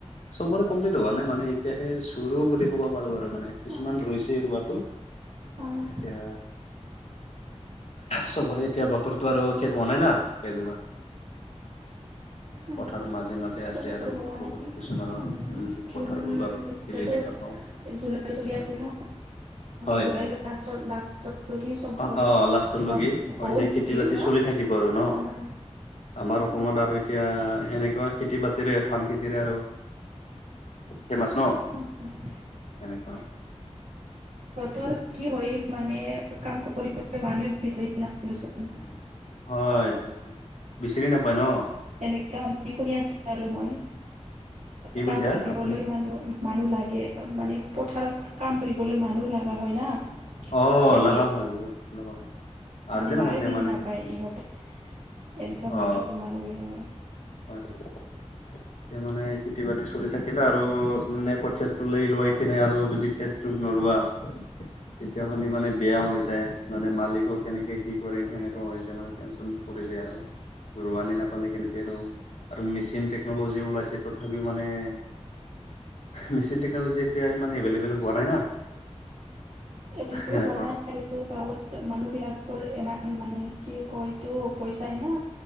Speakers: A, on the left; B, on the right.
A: চবৰে কমপ্লিট হোৱা নাই মানে এতিয়াহে চুৰৰু বুলি ক'ব পাৰো আৰু মানে কিছুমান
B: অঁ,
A: ৰুইছে ৰোৱাটো
B: অঁ,
A: এয়া চবৰে এতিয়া বতৰটোো আৰু সে হোৱা নাই না বা
B: অঁ,
A: পথাৰ মাজে মাজে মাজে আছে
B: চবৰে
A: আৰু,
B: হোৱা নাই
A: বহুত কিছুমানৰ
B: অঁ,
A: উম
B: জুন
A: পথাৰবোৰ বা খি
B: এতিয়াতো
A: দেখা পাওঁ
B: জুলাই চলি
A: হয়
B: আছে ন
A: হয়
B: জুলাই
A: হয়
B: লাষ্টত লাষ্টত চবৰে
A: অ অ লাষ্টৰ
B: কিবা
A: লগি হয় এনে খেতি
B: নেকি
A: বাতি
B: ন
A: চলি থাকিব আৰু ন
B: অঁ,
A: আমাৰ অসমত
B: অঁ,
A: আৰু এতিয়া এনেকুৱা খেতি বাতিৰে ধান খেতিৰে আৰু ফেমছ ন
B: অ',
A: সেনেকুৱা
B: সিহঁতৰ কি হয় মানে, কাম কৰিব মানুহে বিচাৰি নচোন
A: হয়, হয়, হয়, বিচৰি নাপায় ন
B: এনেকে মানে, শুনি আছো আৰু মই
A: কি
B: কাম
A: কৈছে
B: কৰিবলৈ
A: আপুনি
B: মানুহ মানুহ লাগে মানে পথাৰত কাম কৰিবলৈ মানুহ লগা হয় না
A: অ,
B: খেতিত
A: লগা হয় বহুত লগা হয় আৰ্জেণ্ট
B: মানে, মায়ো
A: হৈ যায়
B: বেছি
A: মানে
B: নাপায় ইহঁত এনেককাা হৈ
A: অ
B: গৈছে মানুহ বিলাক
A: হয়, হয়, - এয়া মানে খেতি বাতি চলি থাকে আৰু, নে ক চটটো ল লৈ কেনে আৰু যদি পেটটো নৰোৱা তেতিয়াাহ'লে মানে বেয়া হৈ যায়, মানে মালিকক কেনেকে কি কৰিম সেনেকা হৈ যায় মানে টেনন পৰি যায় আৰু ৰুৱানি নাপালে কেনেকে, ৰৰুওঁ আৰু মেচিন টেকন'লজি ওলাইছে তথাপিও মানে মেচিন টেকন'লজি এতিয়া ইমান এভেইলেবল হোৱা নাই না
B: এভেইলেবল
A: সেনেকুৱা
B: হোৱা নাই, আৰু গাঁৱত মানুহবিলাকৰ ইমান মানে, কি কয় এইটো পইচাই না